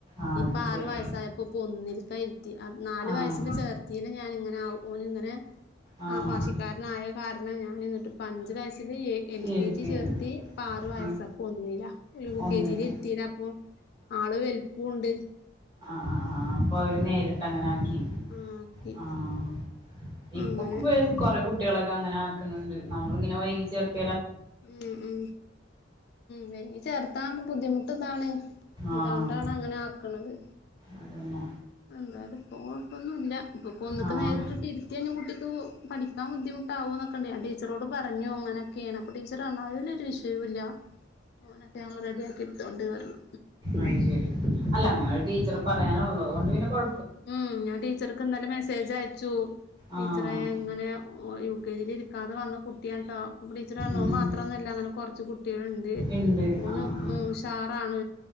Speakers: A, on the right; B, on the left.
A: ആഹ് അത്
B: ഇപ്പൊ ആറു
A: ശരി
B: വയസായപ്പോൊ പൊന്നില്ക്ക ഇരുത്തി. നാല്
A: ആഹ്
B: വയസ്സില് ചേർത്തിൽ ഞാൻ ഇങ്ങനെ ഓനങ്ങനെ-
A: ആഹ്
B: ആ വാശിക്കാരനായ കാരണം ഞാനിന്നിട്ട് പ്പ അഞ്ച വയ- എൽ
A: ഇരുത്തിയത്
B: കെ ജി ചേർത്തി ഇപ്പ ആറു വയസ്സപ്പ
A: ആഹ്
B: ഒന്നില്ല യൂ
A: ഒന്നില്
B: കെ ജിൽ ഇരുത്തില്ല അപ്പൊ. ആള് വലുപ്പുണ്ട്.
A: ആ ആഹ അപ്പൊ അവര് നേരിട്ട് അങ്ങനെ ആക്കി
B: ആഹ് ഓക്കെ
A: ആഹ്. ഇപ്പൊക്ക
B: അങ്ങനെ
A: കുറെേ കുട്ടികളൊക്കെ അങ്ങനെ ആക്കുന്നുണ്ട് നമ്മള ഇങ്ങനെ വൈകി ചേർ -
B: മ് മ് എനി ചേർത്താക്ക് ബുദ്ധിമുട്ട് ഇതാണ്
A: ആഹ്
B: ഇതാണ്ടാണ് അങ്ങനെ ആക്കണത്
A: അതന്നെ
B: എന്തായാലപ്പോ- ഇപ്പൊന്നും ഇപ്പൊ ഒക്ക്
A: ആഹ്
B: നേരിട്ട ഇത്തിയഴഞ്ഞ കുട്ടിക്ക് പഠിക്കാൻുദ്ധിമുട്ടകോ ന്നൊക്കെണ്ട ഞാൻ ടീച്ചരോട് - പറഞ്ഞു അങ്ങനൊക്കെണ്. ടീച്ചറ് പറഞ്ഞു അയിനൊരുവിഷയില്ല അങ്ങനൊക്കെ ഞങ്ങള്ൾ റെഡിയ ക്കി എടുത്തൊണ്ട് പറഞ്ഞു
A: അഹ് ശെരി അല്ല അങ്ങനെ ഒരു ടീച്ചർ പറയാനുള്ളത് കൊണ്ട് പിന്നെകുഴ
B: മ് ഞാൻ ടീച്ചർക്ക് ഇന്നലെ മെസ്സേജ് അയച്ചു
A: ആഹ്
B: ടീച്ചറെ ഇങ്ങനെ- ഇതിൽ ഇരിക്കാതെ വന്നു കുട്ടിയ ട്ടൊ അപ്പൊ ടീച്ചർറഞ്ഞു
A: ഉം
B: ഓമാത്രംന്നുമല്ല അങ്ങനെ കുറച്ച് കുട്ട- കുട്ടികളുണ്ട്
A: ഇണ്ട്
B: ഓന
A: ആഹ്
B: ഉഷാറാണ്.